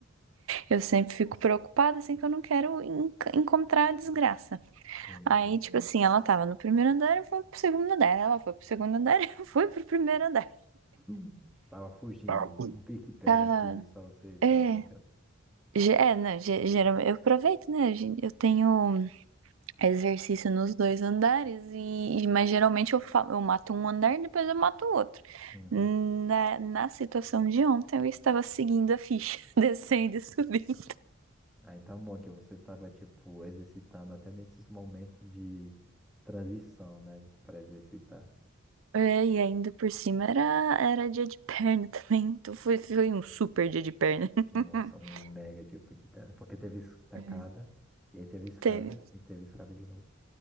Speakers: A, on the right; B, in the centre.
A: Eu sempre fico preocupada, assim, que eu não quero en- encontrar a desgraça.
B: Sim,
A: Aí,
B: sim.
A: tipo assim, ela tava no primeiro andar, eu fui pro segundo andar. Ela foi pro segundo andar, <laughs> eu fui pro primeiro andar.
B: Hum. Tava fugindo.
A: Tá, pô,
B: Um pique-pega
A: Tá.
B: que só você tava
A: É.
B: brincando.
A: ge- É, não, ge- geralmente eu aproveito, né? gen- Eu tenho exercício nos dois andares, e, e- mas geralmente eu, fa- eu mato um andar e depois eu mato o outro.
B: Uhum.
A: Na, na situação de ontem, eu estava seguindo a ficha, <laughs> descendo e subindo.
B: Ah, então bom que você tava, tipo, exercitando até nesses momentos de transição, né? Pra exercitar.
A: É, e ainda por cima era, era dia de perna também, então foi, foi um super dia de perna. <laughs>
B: Nossa, um mega tipo de terra. Porque teve estacada,
A: É.
B: e aí teve escada,
A: Teve
B: e teve escada de novo.